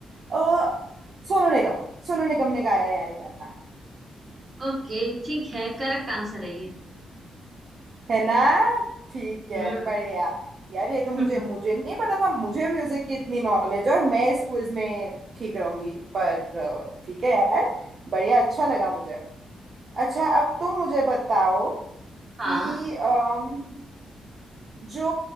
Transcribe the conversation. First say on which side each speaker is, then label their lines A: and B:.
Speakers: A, on the right; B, on the right.
A: अ, सोनू निगम सोनू निगम ने गाया यार ये गाना
B: ओके ठीक है करेक्ट आंसर है ये
A: है ना ठीक है
B: हम्म
A: बढ़िया यार ये तो मुझे
B: <laughs>
A: मुझे नहीं पता था मुझे म्यूजिक की इतनी नॉलेज और मैं इस क्विज में ठीक रहूंगी पर अ, ठीक है यार बढ़िया अच्छा लगा मुझे अच्छा अब तुम मुझे बताओ
B: हाँ
A: कि अम, जो